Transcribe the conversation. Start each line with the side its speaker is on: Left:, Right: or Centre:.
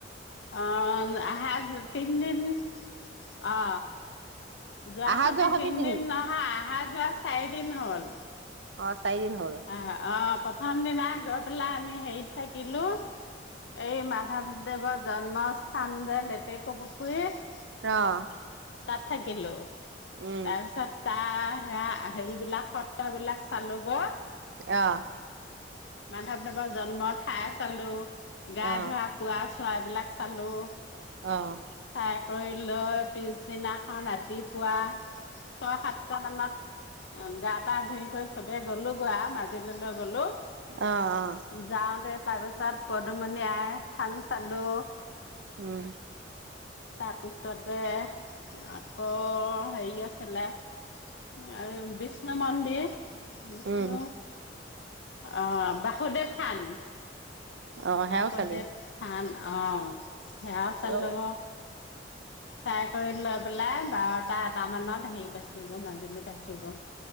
Left: অ', আহা তিনিদিন অ'। যোৱা
Right: অহা
Left: সতে
Right: সতি
Left: তিনদিন
Right: তিন
Left: আ। আহা, যোৱা চাৰি দিন হ'ল
Right: অ চাৰিদিন হ'ল
Left: আহা অ'প্ৰ থমদিনাই গই পেলাই আমি হেৰিত থাকিলো। এই মাধৱদেৱৰ জন্মস্থান যে লেটেকু পুখুৰীত।
Right: অ'।
Left: তাত থাকিলোঁ, তাৰপিছত
Right: উম
Left: তাৰ সেয়া হেৰিবিলাক সত্ৰ বিলাক চালোগ।
Right: অ'।
Left: মাধৱদেৱৰ জন্ম ঠাই পালো, গা
Right: অ
Left: ধোৱা কুৱা চোৱাবিলাক চালোঁ।
Right: অ'।
Left: ফাই কৰি লৈ পিছদিনা অ, ৰাতিপুৱা ছয় সাতটা মানত উম, গা পা ধুই কৰি চবে গ'লো গোৱা মাজুলীলৈ গ'লো।
Right: অ', অ'।
Left: যাওঁতে তাৰ পিছত পদুমণি আই থান চালো।
Right: উম।
Left: তাৰপিছতে আকৌ হেৰি আছিলে <unintelligible> বিষ্ণু মন্দিৰ। বিষ্ণু
Right: উম
Left: অ', বাসুদেৱ থান।
Right: অ সেয়াও
Left: বাসুদেৱ
Right: চালি
Left: থান অ', সেয়াও চালোঁ।
Right: অ
Left: <unintelligible> কৰি লৈ পেলাই বাৰটা এটা মানত হেৰি পাইছোগ' মাজুলী পাইছোগ'।